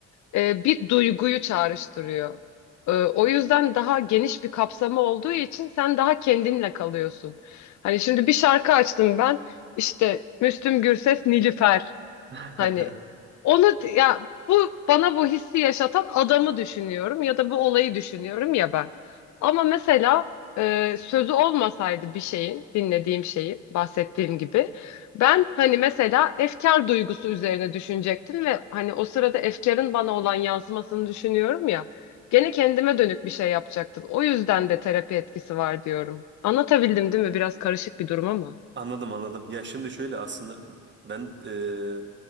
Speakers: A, on the left (about 70°); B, on the right (about 40°).
A: e, bir duyguyu çağrıştırıyor. E, o yüzden daha geniş bir kapsamı olduğu için sen daha kendinle kalıyorsun. Hani şimdi bir şarkı açtım ben. işte Müslüm Gürses Nilüfer.
B: <laughs>
A: Hani onu ya bu bana bu hissi yaşatan adamı düşünüyorum ya da bu olayı düşünüyorum ya ben. Ama mesela e, sözü olmasaydı bir şeyin, dinlediğim şeyin, bahsettiğim gibi ben hani mesela efkar duygusu üzerine düşünecektim ve hani o sırada efkarın bana olan yansımasını düşünüyorum ya. Gene kendime dönük bir şey yapacaktım. O yüzden de terapi etkisi var diyorum. Anlatabildim değil mi? Biraz karışık bir durum ama.
B: Anladım anladım. Ya şimdi şöyle aslında ben e,